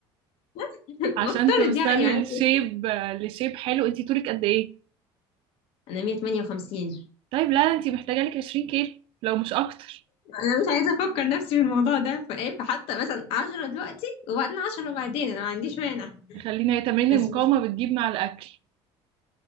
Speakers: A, on the left (about 60°); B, on the right (about 60°).
A: <laughs>
B: عشان
A: بفترض
B: توصلي
A: يعني معاكي
B: لشيب لشيب حلو انتي طولك قد ايه
A: انا 158
B: طيب لا انتي محتاجة لك 20 كيلو لو مش اكتر
A: انا مش عايزه افكر نفسي في الموضوع ده فايه فحتى مثلا 10 دلوقتي وبعدين 10 وبعدين انا ما عنديش مانع
B: خلينا هي تمارين
A: بس
B: المقاومة بتجيب مع الاكل